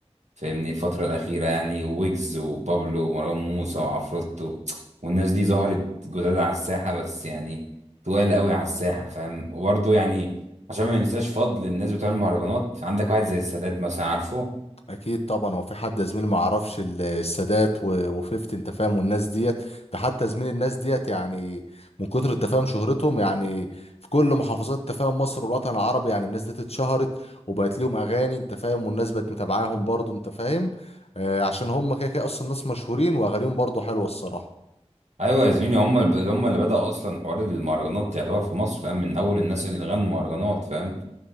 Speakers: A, on the right; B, on the left.
A: فاهمني الفترة الأخيرة يعني ويجز وبابلو ومروان موسى وعفروتو والناس دي ظهرت جداد على الساحة بس يعني تقال قوي على الساحة فاهم وبرضه يعني عشان ما ننساش فضل الناس بتوع المهرجانات عندك واحد زي السادات مثلا عارفه
B: اكيد طبعا هو في حد يا زميلي ما يعرفش ال- السادات و- وفيفتي انت فاهم والناس ديت ده حتى زميل الناس ديت يعني من كتر التفاهم شهرتهم يعني في كل محافظات تفاهم مصر والوطن العربي يعني الناس ديت اتشهرت وبقت ليهم اغاني انت فاهم والناس بقت متابعاهم برضو انت فاهم آه عشان هم كده كده اصلا ناس مشهورين واغانيهم برضو حلوه الصراحه
A: ايوه يا زميلي هم اللي هم اللي بدأوا اصلا حوار المهرجانات يعتبر في مصر فاهم من اول الناس اللي غنوا مهرجانات فاهم